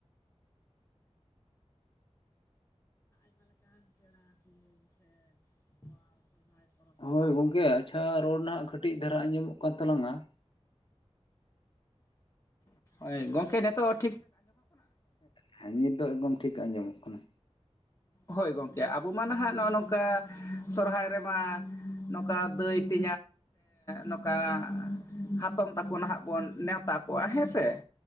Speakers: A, on the left (about 25°); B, on the left (about 50°).
A: <inaudible> ᱵᱟᱦᱟ ᱥᱚᱦᱚᱨᱟᱭ ᱯᱚᱨᱚᱵᱽ
B: ᱦᱳᱭ ᱜᱚᱝᱠᱮ ᱟᱪᱪᱷᱟ ᱨᱚᱲ ᱱᱟᱜ ᱠᱟᱹᱴᱤᱡ ᱫᱷᱟᱨᱟ ᱟᱸᱡᱚᱢᱚᱜ ᱠᱟᱱ ᱛᱟᱞᱟᱝ-ᱟ ᱾
A: ᱳᱭ ᱜᱚᱝᱠᱮ ᱱᱤᱛᱳᱜ?
B: ᱦᱮᱸ ᱱᱤᱛ ᱫᱚ ᱮᱠᱫᱚᱢ ᱴᱷᱤᱠ ᱟᱸᱡᱚᱢᱚᱜ ᱠᱟᱱᱟ
A: ᱦᱳᱭ ᱜᱚᱝᱠᱮ ᱟᱵᱚ ᱢᱟ ᱱᱟᱦᱟᱜ ᱱᱚᱜ-ᱚ ᱱᱚᱝᱠᱟ ᱥᱚᱨᱚᱦᱦᱟᱭ ᱨᱮᱢᱟ ᱱᱚᱝᱠᱟ ᱫᱟᱹᱭ ᱛᱮ ᱱᱚᱝᱠᱟ ᱱᱟᱜ ᱦᱟᱛᱚᱢ ᱛᱟᱠᱚ ᱱᱟᱦᱟᱜ ᱵᱚᱱ ᱱᱮᱶᱛᱟ ᱠᱚᱣᱟ ᱦᱮᱸᱥᱮ